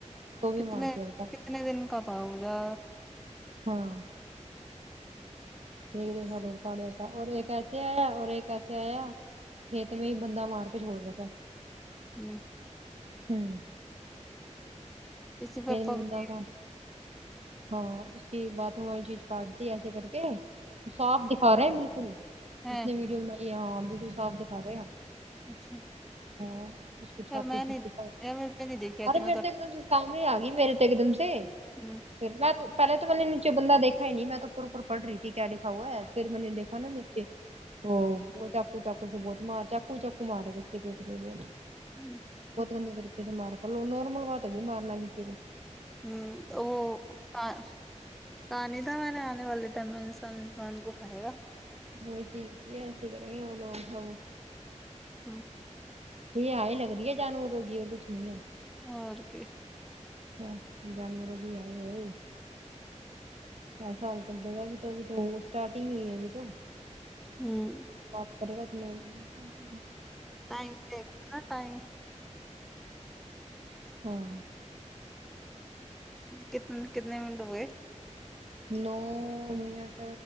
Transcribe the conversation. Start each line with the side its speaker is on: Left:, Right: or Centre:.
Right: تو بھی
Centre: کتنے
Right: مار دیا بتا
Centre: کتنے دن کا تھا ہوگا
Right: ہاں ٹھیک تو س لو کا دیتا اور یہ کیسے آیا اور یہ کیسے آیا کھیت میں بند مار کے چھوڑ رہتا ہے
Centre: ہوں
Right: ہوں
Centre: اسی پاپا
Right: پھر میں
Centre: ہ
Right: بد ہوا ہاں اس کی باتھ روم والی چیز کاٹتی ہے ایسے کر کے صاف دکھا رہے ہیں بالکل
Centre: ہے
Right: جس نے ویڈیو بنائی ہے ہاں بالکل صاف دکھا رہے ہیں
Centre: اچھا
Right: ہاں اس کی چھاتی
Centre: یار میں نہیں
Right: چارے
Centre: یار میرے پہ نہیں دیکھی آتی میں
Right: میرے تو ایک دم سے آ گی میرے تے ایک دم سے
Centre: ہوں
Right: پھر میں تو پہلے تو میں نے نچے بند دیکھا ہی نہیں میں تو اپر اور پڑ رہی تھی کیا لکھا ہے پھر میں نے دیکھا نا نیچے ہو وہ چاقو چاقو سے بہت مار چاقو چاقو مارے اس کے پیٹ سے بہت
Centre: ہ
Right: بہت گندے طریقے سے مار کر لو نارمل بات تو نہیں مارنا کسی کو
Centre: ہوں وہ کہاں کہ نہیں تھا میں نے آنے والے ٹائم میں انسان انسان کو کھائے گا
Right: وہ چیز بھی ایسے کریں گے ہم لوگ س
Centre: ہاں
Right: کو آ ہی لگ رہی ہے جانور ہوگی اور تو چھ نہیں ہے
Centre: اور کے
Right: ہاں جانور بھی ہے ہے چار سال تو دے گا ابھی تو ابھی تو اسٹارٹنگ ہوئی ہے ابھی تو
Centre: ہوں
Right: آپ کرے گا تو میں بھی کرنے
Centre: ٹائم دے گا ہے نا ٹائم
Right: ہاں
Centre: کتنے کتنے منٹ ہو گئے
Right: نو منٹ